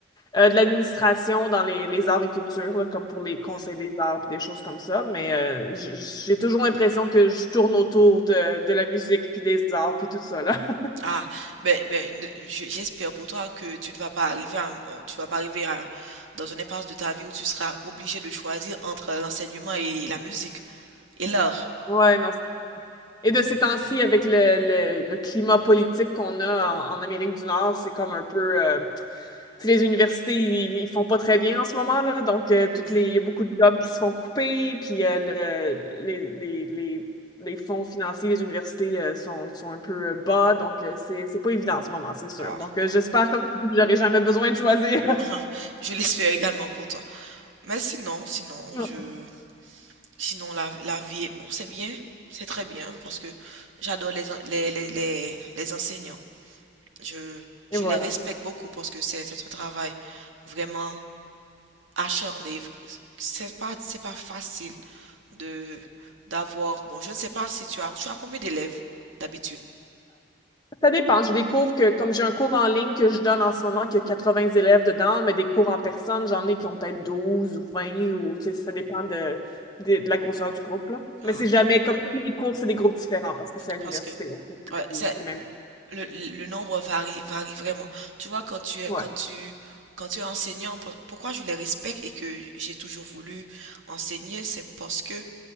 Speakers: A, on the left; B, on the right.
A: euh, de l'administration dans les, les arts et cultures, là, comme pour les conseils
B: Mhm.
A: des arts, puis des choses comme ça. Mais euh, j- j'ai toujours l'impression que je tourne autour de, de la musique, puis des arts, puis tout ça, là. <laughs>
B: Ah, ben, ben, ne- je- j'espère pour toi que tu ne vas pas arriver à, euh, tu vas pas arriver à- dans une impasse de ta vie où tu seras obligé de choisir entre l'enseignement et la musique et l'art.
A: Ouais, non, Et de ces temps-ci, avec le, le- le climat politique qu'on a en, en Amérique du Nord, c'est comme un peu... euh, tu sais, les universités, ils, ils font pas très bien en ce moment, là. Donc, euh, toutes
B: Hmm.
A: les, il y a beaucoup de jobs qui se font couper, puis euh, le- les, les, les- les fonds financiers des universités euh, sont, sont un peu euh, bas. Donc, euh, c'est, c'est pas évident en ce moment, c'est sûr.
B: Ah,
A: Donc, euh, j'espère, comme tu dis, que j'aurai jamais besoin de choisir.
B: <laughs> je l'espère également pour toi. Mais sinon, sinon,
A: <laughs>
B: je, sinon la, la vie, est- bon, c'est bien, c'est très bien parce que j'adore les, en- les, les, les, les enseignants. Je, je
A: Et voilà.
B: les respecte beaucoup parce que c'est c'est un travail vraiment. acharné. C'est pas, c'est pas facile de d'avoir. Bon, je ne sais pas si tu as, tu as combien d'élèves d'habitude?
A: Ça dépend. J'ai des cours que, comme j'ai un cours en ligne que je donne en ce moment, qui a 80 élèves dedans, mais des cours en personne, j'en ai qui ont peut-être 12 ou 20, ou tu sais, ça dépend de, de, de la grosseur du groupe, là.
B: Ah,
A: Mais c'est jamais
B: ok.
A: comme tous les cours, c'est des groupes différents parce que c'est à l'université,
B: parce que
A: donc c'est jamais
B: ouais,
A: les
B: c'est
A: les mêmes.
B: le, le nombre varie, varie vraiment. Tu vois, quand tu es,
A: Ouais.
B: quand tu, quand tu es enseignant, pour- pourquoi je les respecte et que j'ai toujours voulu enseigner, c'est parce que,